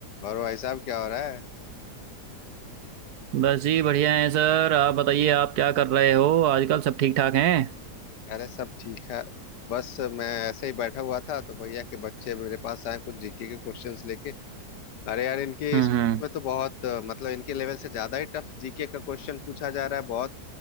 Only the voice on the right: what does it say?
बस जी बढ़िया है सर आप बताइए आप क्या कर रहे हो आजकल सब ठीक ठाक हैं
हम्म
हम्म